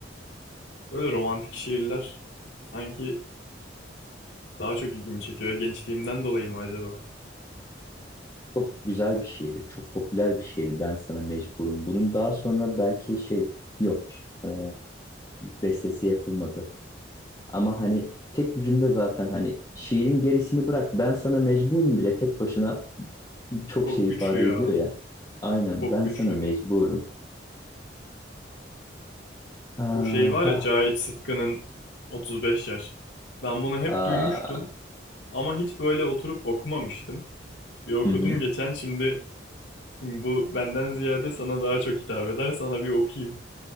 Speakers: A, on the left; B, on the left.
A: Böyle romantik şiirler sanki daha çok ilgimi çekiyor. Gençliğimden dolayı mı acaba?
B: Çok güzel bir şiirdi. Çok popüler bir şiirdi. Ben sana mecburum. Bunun daha sonra belki şey yok. eee, bestesi yapılmadı. Ama hani tek bir cümle zaten hani şiirin gerisini bırak. Ben sana mecburum bile tek başına çok
A: Çok
B: şey
A: güçlü
B: ifade
A: ya.
B: ediyor ya. Aynen
A: Çok
B: ben
A: güçlü.
B: sana mecburum. Ah,
A: Bu şey var ya
B: ah,
A: Cahit Sıtkı'nın 35 yaş. Ben bunu hep
B: ah.
A: duymuştum. Ama hiç böyle oturup okumamıştım. Bir okudum
B: Hı hı.
A: geçen şimdi. Şimdi bu benden ziyade sana daha çok hitap eder. Sana bir okuyayım.